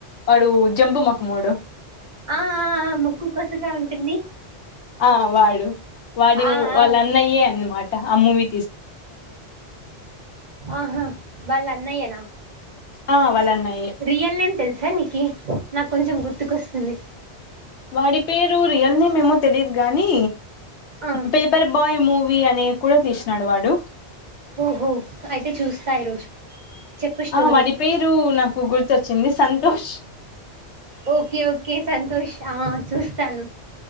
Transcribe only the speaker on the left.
వాడు జంబు మోహమెడు
ఆ వాడు వాడు
వాళ్ళు
అన్నయే అన్నమాట అమ్మ వి
ఆ వాళ్ళ అన్నయ్యే
వాడి పేరు రియల్ని మేమో తెలీయదు గాని
పేపర్ బాయ్ మూవీ అనే కూడా తీసినాడు వాడు
ఆ వాడి పేరు నాకు గుర్తొచ్చింది సంతోష్